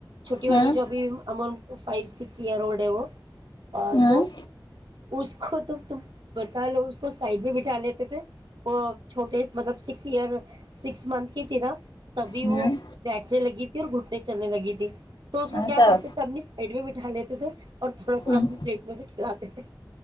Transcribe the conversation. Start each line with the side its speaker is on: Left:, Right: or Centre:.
Right: چھٹی
Left: ہوں
Right: والی جو بھی ہممن فائیو سکس <unintelligible> سئروڈ وہ آ
Left: ہوں ہوں
Right: تو <unintelligible> اس کو تو تم بتا لو اس کو سائڈ میں بٹھا لیتے تھے وہ چھوٹے مطلب سکس ایئر سکس منتھ کی تیرا تبھی
Left: ہوں
Right: وہ بیٹھنے لگی اور گھٹنے چلنے لگی تھی تو اس کو
Left: اچھا
Right: کیا کرتے تھے اپنیڈو جلے تو دیک تھوڑا تھوڑا
Left: ہوں
Right: اپنی پلیٹ میں سے کھلاتے تھے